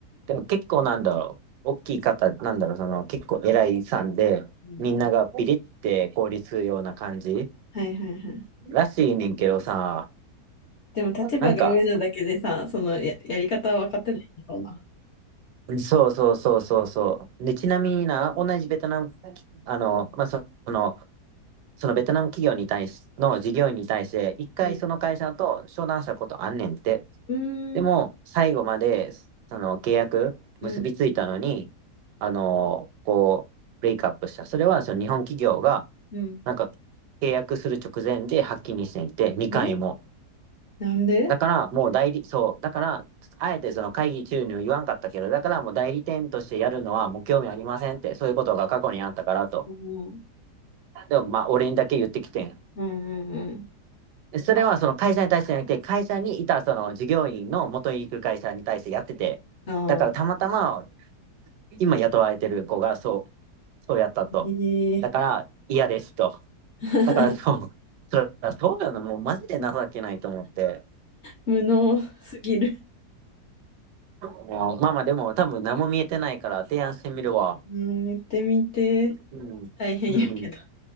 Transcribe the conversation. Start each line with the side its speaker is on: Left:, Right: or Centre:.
Right: でも結構なんだろう。大きい方、なんだろう、その結構偉いさんで、
Left: うん
Right: みんながビリって凍りつくような感じ
Left: はいはいはい。
Right: らしいねんけどさ、
Left: でも立場が上なだけでさ、
Right: なんか、
Left: そのや、やり方は分かってないんだろうな。
Right: そうそうそうそうそう。で、ちなみにな、同じベトナム、あの、まあ、その、そのベトナム企業に対し、の事業員に対して、一回その会社と商談したことあんねんって。
Left: うん。うーん。
Right: でも、最後まで、その契約結びついたのに、
Left: うん。
Right: あの、こう、ブレイクアップした。それは、その日本企業が、
Left: うん。
Right: なんか、契約する直前で発起にしてんって、2回も。
Left: えなんで
Right: だから、もう代理、そう、だから、あえてその会議中には言わんかったけど、だからもう代理店としてやるのはもう興味ありませんって、そういうことが過去にあったからと。
Left: うん。うん
Right: でも、まあ、俺にだけ言ってきてん。
Left: うんうん。
Right: それはその会社に対してじゃなくて、会社にいたその従業員の元に行く会社に対してやってて、
Left: ああ、
Right: だからたまたま今雇われてる子がそう、そうやったと。
Left: ええ
Right: だから嫌ですと。
Left: <laughs>
Right: だからそう、それはそうよな、もうマジで情けないと思って。
Left: 無能すぎる。
Right: もうまあまあでも多分何も見えてないから提案してみるわ。
Left: うん、言ってみて。
Right: うん。
Left: 大変やけど。
Right: うん。